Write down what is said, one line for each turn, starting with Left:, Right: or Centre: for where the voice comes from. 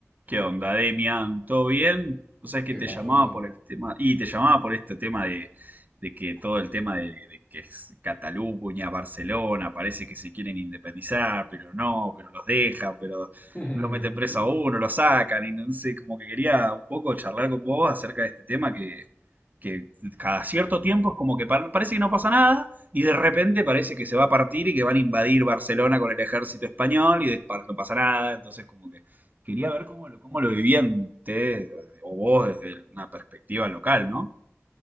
Right: ¿Qué onda, Demian? ¿Todo bien? O sea, que
Centre: ¿Qué
Right: te
Centre: pasó?
Right: llamaba por el tema, y te llamaba por este tema de, de que todo el tema de, de que es Cataluña, Barcelona, parece que se quieren independizar, pero no, pero los dejan, pero
Centre: <laughs>
Right: lo meten preso a uno, lo sacan, y no sé, como que quería un poco charlar con vos acerca de este tema que, que cada cierto tiempo es como que par- parece que no pasa nada, y de repente parece que se va a partir y que van a invadir Barcelona con el ejército español, y después no pasa nada, entonces como que Quería ver cómo lo, cómo lo vivían ustedes o vos desde una perspectiva local, ¿no?